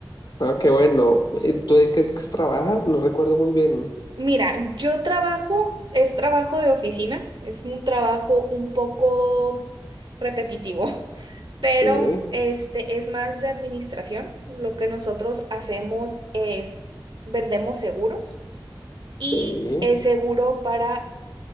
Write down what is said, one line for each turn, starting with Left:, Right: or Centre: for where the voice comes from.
Left: Ah, qué bueno. ¿Y ¿Tú en qué es que trabajas? No recuerdo muy bien.
Right: Mira, yo trabajo, es trabajo de oficina, es un trabajo un poco repetitivo, <laughs> pero
Left: Sí,
Right: este es más de administración. Lo que nosotros hacemos es vendemos seguros
Left: sí,
Right: y es seguro para